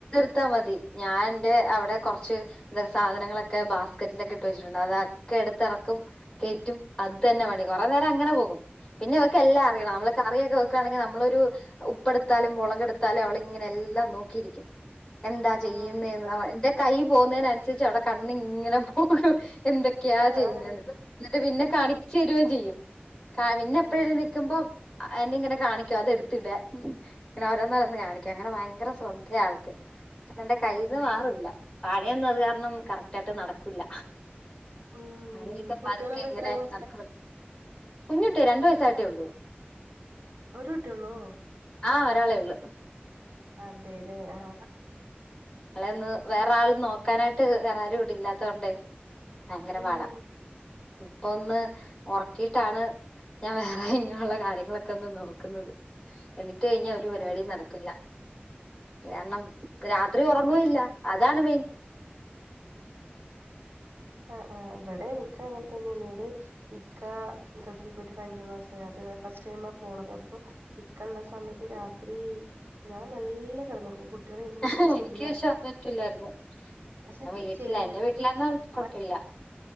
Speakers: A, on the left; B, on the right.
A: കൊടുത്താ മതി ഞാൻ എന്റെ അവിടെ കുറച്ച് ഇതൊക്കെ സാധനങ്ങളൊക്കെ ബാസ്ക്കറ്റിലൊക്കെ ഇട്ട് വെച്ചിട്ടുണ്ട് അതൊക്കെ എടുത്തിറക്കും കയറ്റും അത് തന്നെ പണി കൊറെ നേരം അങ്ങനെ പോകും പിന്നെ വെക്കെ എല്ലാം അറിയണം നമ്മള് കറിയൊക്കെ വെക്കുകയാണെങ്കിൽ നമ്മള ഒരു ഉപ്പ എടുത്താലും മുളകെടുത്താലും അവ എല്ലാം നോക്കിയിരിക്കും എന്താ ചെയ്യുന്നന്ന്
B: ആഹ്
A: എന്റെ കൈ പോകുന്നതിനന്നുസരിച്ച് അവിടെ കണ്ണിങ്ങനെ പോകും എന്തൊക്കെയാ
B: ആഹ്
A: ചെയ്യുന്നത് എന്നിട്ട് പിന്നെ കാണിച്ച് തരുകയും ചെയ്യും പിന്നെ എപ്പഴെല്ലാം
B: ഏഹ്
A: നിക്കക്കുമ്പോ എന്നെ ഇങ്ങനെ കാണിക്കോ അത് എടുത്തിടാ ഇങ്ങനെ ഓരോന്നല്ല ഒന്ന് കാണിക്കും അങ്ങനെ ഭയങ്കര ശ്രന്തയാൾക്ക് കാരണം എന്റെ
B: ഏഹ്
A: കയ്യിൽന്ന്
B: ഏഹ്
A: മാറില്ല അത് കാരണം കറക്റ്റ് ആയിട്ട് നടക്കൂല്ല
B: ഉം
A: അയിന്പതുക്കെ
B: കുട്ടികളപ്പോ
A: എങ്ങനെ
B: എത്രാം ക്ലാസ്സിലാ
A: നടക്ക കുഞ്ഞുകുട്ടിയാ രണ്ട് വയസായിട്ടേ ഉള്ളൂ
B: ഒരു കുട്ടിയള്ളൂ
A: ആ ഒരാളെ ഉള്ളൂ
B: അതെല്ലേ ആ
A: അളെന്ന് വേറെ ആൾ നോക്കാനായിട്ട് വേറെ ആരും ഇവിടില്ലാത്തൊണ്ടേ ഭയങ്കര
B: ഉം.
A: പാടാ ഇപ്പ ഒന്ന് ഉറക്കിട്ടാണ് ഞാൻ വേറെ ഇങ്ങനെയുള്ള കാര്യങ്ങളൊക്കെ ഒന്ന് നോക്കുന്നത് എണിറ്റു കഴിഞ്ഞൽ
B: അതേല്ലേ.
A: ഒരു പരിപാടി നടക്കില്ല കാരണം രാത്രി
B: അപ്പൊ
A: ഉറങ്ങുവയില്ല
B: കുട്ടി
A: അതാണ് മൈ ൻ
B: ആഹ് ആ ഇവിടെ എനിക്ക് അങ്ങനെ ഇക്ക ഗൾഫിൽ പോയിട്ട് അഞ്ച് മാസായി അത് ഫസ്റ്റ് ടൈ മാ പോണത് അപ്പോ ഇക്കള്ള സമയത്ത് രാത്രി ഞാൻ നല്ല കെടന്നൊറങ്ങും കു കുട്ടികൾ എന്ത്
A: എനിക്ക്
B: ചെരിഞ്ഞ
A: പക്ഷെ അത് പറ്റൂലായിരുന്നു
B: പക്ഷെ
A: ഞാൻ വീട്ടിലാ
B: ശരിഞ്ഞാലും
A: എന്റെ വീട്ടിലായിരുന്ന കുഴപ്പമില്ല
B: മ